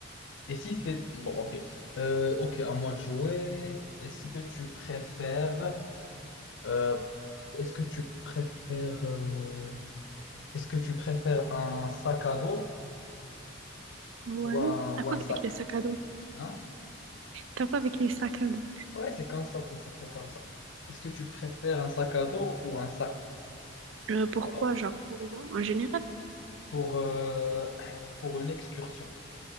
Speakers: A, on the left (about 70°); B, on the right (about 70°).
A: Et si c'est... Bon, ok. Euh, ok, à moi de jouer. Est-ce que tu préfères... euh, Est-ce que tu préfères... euh, Est-ce que tu préfères un sac à dos?
B: ouais.
A: ou un,
B: T'as
A: ou
B: quoi
A: un sac.
B: avec les sacs à dos?
A: Hein?
B: T'as quoi avec les sacs à dos?
A: Ouais, c'est comme ça, c'est ça, c'est comme ça. Est-ce que tu préfères un sac à dos ou un sac
B: Euh, pourquoi,
A: pas à dos
B: genre, pour- en général?
A: pour, euh, pour une excursion?